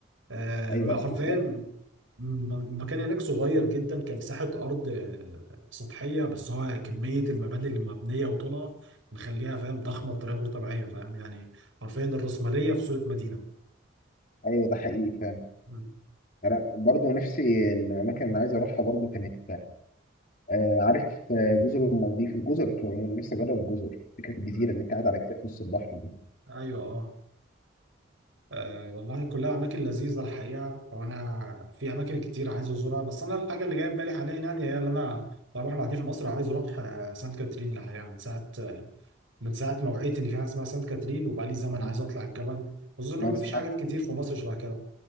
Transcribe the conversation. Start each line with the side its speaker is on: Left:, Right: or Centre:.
Right: آه،
Left: ايوه
Right: ما
Left: لا
Right: حرفيا
Left: مسافر
Right: م- المكان هناك صغير جدا كان مساحة أرض آه، سطحية بس هو كمية المباني اللي مبنية وطلع مخليها فاهم ضخمة بطريقة غير طبيعية فاهم يعني حرفيا الرأسمالية في صورة مدينة
Left: ايوه ده حقيقي فاهم
Right: مم.
Left: انا برضه نفسي الاماكن اللي عايز اروحها برضه كانت آه، عارف آه، جزر المالديف الجزر في العموم نفسي اجرب الجزر فكره الجزيره
Right: مم.
Left: اللي انت قاعد على كتاف نص البحر
Right: أيوه أه آه، والله كلها أماكن لذيذة الحقيقة وأنا في أماكن كتير عايز أزورها بس أنا الحاجة اللي جاية في بالي حاليا يعني هي اللي أنا طبعا إحنا قاعدين في مصر عايز أروح آه، سانت كاترين الحقيقة من ساعة من ساعه ما وعيت ان في حاجه اسمها سانت كاترين وبقى لي زمن
Left: دي
Right: عايز اطلع الجبل خصوصا ان
Left: ما
Right: هو
Left: انصحك
Right: مفيش حاجات كتير في مصر شبه كده